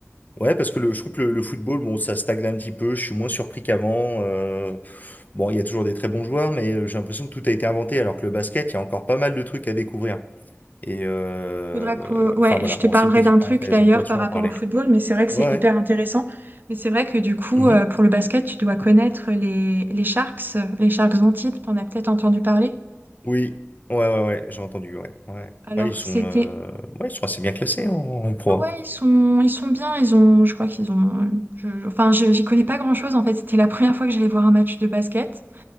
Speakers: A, on the left; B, on the right.
A: Ouais, parce que le, je trouve que le, le football, bon, ça stagne un petit peu. Je suis moins surpris qu'avant. euh, bon, il y a toujours des très bons joueurs, mais euh, j'ai l'impression que tout a été inventé, alors que le basket, il y a encore pas mal de trucs à découvrir. Et euh,
B: Faudra que... Ouais,
A: enfin voilà,
B: je
A: bon,
B: te parlerai
A: c'est une petite
B: d'un
A: parenthèse.
B: truc d'ailleurs
A: On pourra toujours
B: par rapport
A: en parler.
B: au football, mais c'est vrai que
A: Ouais.
B: c'est hyper intéressant. Mais c'est vrai que du coup,
A: ouais. Mhm.
B: euh, pour le basket, tu dois connaître les, les Sharks, euh, les Sharks Antilles, t'en as peut-être entendu parler.
A: Oui. Ouais, ouais, ouais. J'ai entendu. Ouais, ouais.
B: Alors,
A: Ouais, ils sont,
B: c'était...
A: euh, ouais, ils sont assez bien classés en, en pro.
B: Ouais, ils sont, ils sont bien, ils ont... Je crois qu'ils ont... je- Enfin, je- j'y connais pas grand-chose, en fait. C'était la première fois que j'allais voir un match de basket.